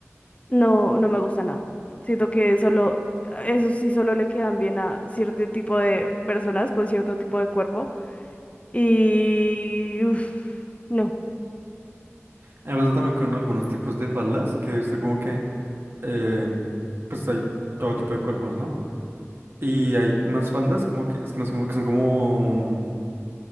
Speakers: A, on the left (about 30°); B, on the right (about 55°).
A: No, no me gusta nada. Siento que solo, eso sí solo le quedan bien a cierto tipo de personas con cierto tipo de cuerpo. Y, uf, no.
B: Me pasa también con algunos tipos de faldas que he visto como que, eh, pues hay todo tipo de cuerpos, ¿no? Y hay unas faldas como que, es que no sé, como que son como,